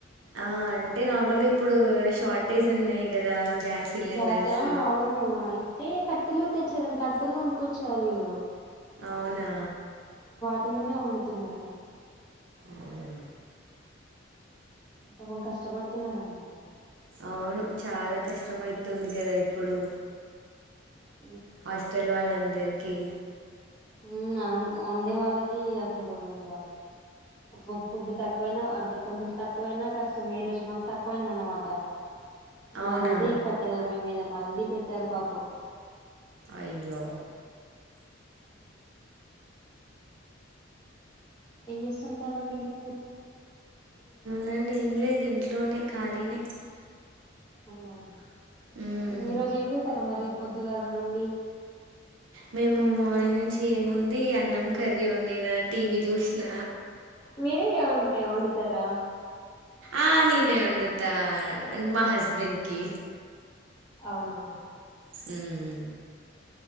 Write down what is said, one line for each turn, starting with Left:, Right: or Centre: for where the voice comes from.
Right: ఆ అంటే నార్మల్గా ఇప్పుడు షార్టేజ్ ఉన్నాయి కదా గ్యాస్ సిలిండర్స్
Left: గ్యాసా అవును అయితే కట్టెలు తెచ్చారండి కట్టెలు కొనుక్కొచ్చారు వీళ్ళు
Right: అవునా
Left: కట్ట మిద్దే వుండుతున్నారు
Right: అవునా
Left: పాపం కష్టపడుతున్నారండి వీ
Right: అవును చాలా కష్టం అయితుంది కదా ఇప్పుడు
Left: హ
Right: హాస్టల్ వాళ్ళందరికి
Left: హమ్ వండే వాళ్ళకి అసలు ఇగ అబ్బో ఫుడ్ తక్కువైనా అంటే కొంచెం తక్కువైనా కష్టం ఈ రోజు మాకు తక్కువైంద అనమాట
Right: అవునా
Left: మళ్ళీ కట్టగా పోయి మీద వండి పెట్టారు పాపం
Right: అయ్యో
Left: ఏం చేస్తుంటారండి ఇంకా మీరు
Right: నేను ఏం లేదు ఇంట్లోనే ఖాళీనే
Left: అవునావు
Right: ఉమ్
Left: ఈరోజు ఏం చేశారు మరి పొద్దుగాల నుండి
Right: మేము మార్నింగ్ నుంచి ఏముంది అన్నం కర్రీ వండినా టీవీ చూసిన
Left: మీరే ఏ వండుతారా
Right: ఆ నేనే వండుతా మా హస్బెండ్కిి
Left: అవునా
Right: ఉమ్